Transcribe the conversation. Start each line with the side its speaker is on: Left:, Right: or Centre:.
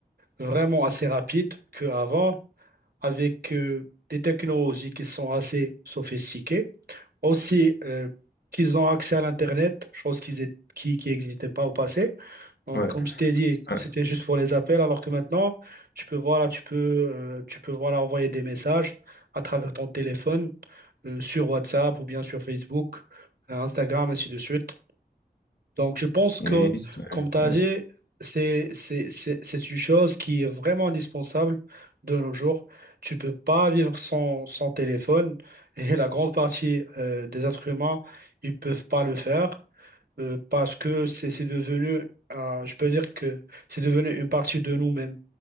Right: vraiment assez rapide qu'avant, avec euh, des technologies qui sont assez sophistiquées. Aussi, euh, qu'ils ont accès à l'Internet, chose qu'ils étaient- qui, qui n'existait pas au passé. Donc,
Left: ouais.
Right: comme je t'ai dit,
Left: Euh,
Right: c'était
Left: ouais.
Right: juste pour les appels, alors que maintenant, tu peux, voilà, tu peux, euh, tu peux voilà, envoyer des messages à travers ton téléphone, euh, sur WhatsApp ou bien sur Facebook, euh, Instagram, ainsi de suite. Donc, je pense
Left: Oui,
Right: que,
Left: Compliqué.
Right: comme tu as dit, c'est, c'est, c'est, c'est une chose qui est vraiment indispensable de nos jours. Tu peux pas vivre sans, sans téléphone et la grande partie euh, des êtres humains, ils peuvent pas le faire euh, parce que c'est c'est devenu, euh, je peux dire que c'est devenu une partie de nous-mêmes.